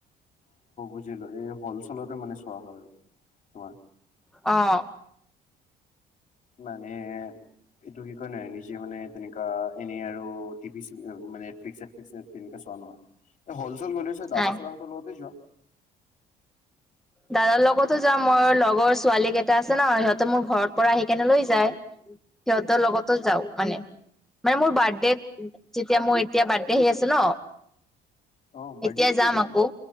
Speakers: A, on the left (about 50°); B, in the centre.
A: বুজিলোঁ এই হল চলতে মানে চোৱা হয় আৰু তোমাৰ।
B: অ'।
A: মানে এইটো কি কয় নে নিজে মানে তেনেকা এনে আৰু টিভি চি আ মানে নেটফ্লিক্স-চেটফ্লিক্স তেনেকা চোৱা নহয়। এ হল-চল গলে ছাগে দাদা-চাদা
B: নাই
A: হঁতৰ লগতে যোৱা?
B: দাদাৰ লগতো যাওঁ, মই লগৰ ছোৱালী কেইটা আছে ন সিহঁতে মোৰ ঘৰত পৰা আহি কেনে লৈ যায়। সিহঁতৰ লগতো যাও মানে। মানে মোৰ বাৰ্থডেত যেতিয়া মোৰ এতিয়া বাৰ্থডে আহি আছে ন?
A: অ বাৰ্থডে
B: এতিয়া
A: কেতিয়া
B: যাম
A: তোমাৰ?
B: আকৌ,